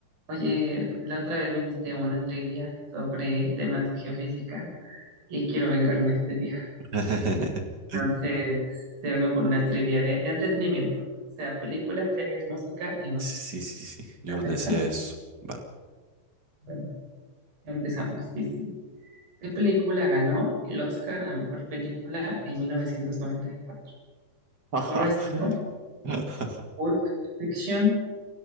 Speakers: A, on the right; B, on the right.
A: Oye, la otra vez me hiciste una trivia sobre temas de geofísica y quiero vengarme este día.
B: <laughs>
A: Entonces, te vengo con una trivia de entretenimiento, o sea, películas, series, música y más.
B: Sí, sí, sí, yo
A: ¿Aceptas?
B: le sé a eso. Va.
A: Bueno, empezamos. Dice, ¿qué película ganó el Oscar a mejor película en 1994?
B: Ajá.
A: Forrest
B: <laughs>
A: Gump, Pulp Fiction,